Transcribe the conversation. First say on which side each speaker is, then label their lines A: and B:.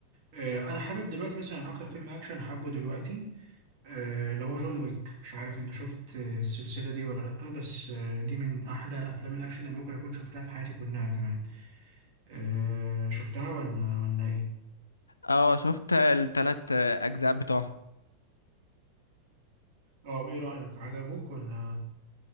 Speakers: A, on the right; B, on the left.
A: آه، انا حابب دلوقتي مثلا اكتر فيلم اكشن حابه دلوقتي آه، اللي هو جون ويك مش عارف انت شفت آه، السلسله دي ولا لا بس آه، دي من احلى افلام الاكشن اللي ممكن اكون شفتها في حياتي كلها كمان آه، شفتها ولا ولا ايه
B: اه شفت التلات آه، اجزاء بتوعها
A: اه وايه رايك عجبك ولا